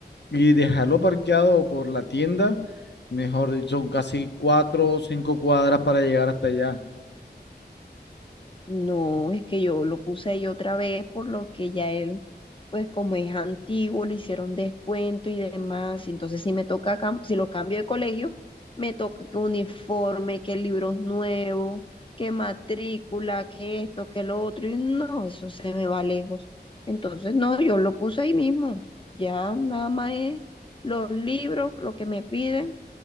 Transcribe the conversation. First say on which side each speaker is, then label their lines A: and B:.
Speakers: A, on the left; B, on the left.
A: Y dejarlo parqueado por la tienda, mejor dicho, son casi cuatro o cinco cuadras para llegar hasta allá.
B: No, es que yo lo puse ahí otra vez, por lo que ya él, pues como es antiguo, le hicieron descuento y demás. Entonces, si me toca, cam- si lo cambio de colegio, me toca que uniforme, que libros nuevos, que matrícula, que esto, que lo otro. Y no, eso se me va lejos. Entonces, no, yo lo puse ahí mismo. Ya nada más es los libros, lo que me piden